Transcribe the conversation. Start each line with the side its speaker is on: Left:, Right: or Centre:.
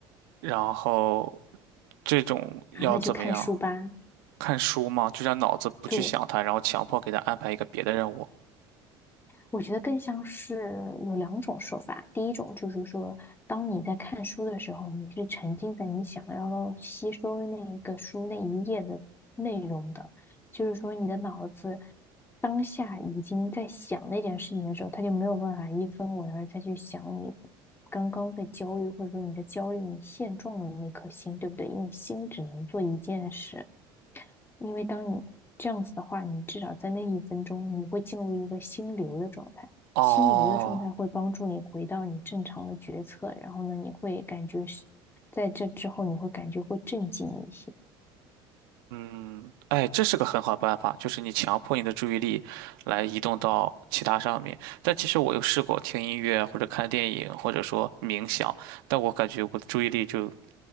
Right: 然后这种要怎么样？
Left: 啊，那就看书吧。
Right: 看书吗？就让脑子不去想它，
Left: 对。
Right: 然后强迫给它安排一个别的任务。
Left: 我觉得更像是有两种说法，第一种就是说，当你在看书的时候，你是沉浸在你想要吸收的那一个书那一页的内容的，就是说你的脑子当下已经在想那件事情的时候，他就没有办法一分为二再去想你刚刚在焦虑，或者说你在焦虑、你现状的那颗心，对不对？因为心只能做一件事，因为当你这样子的话，你至少在那一分钟，你会进入一个心流的状态。
Right: 哦，
Left: 心流的状态会帮助你回到你正常的决策，然后呢，你会感觉是在这之后，你会感觉会镇静一些。
Right: 嗯，哎，这是个很好办法，就是你强迫你的注意力来移动到其他上面。但其实我有试过听音乐或者看电影，或者说冥想，但我感觉我的注意力就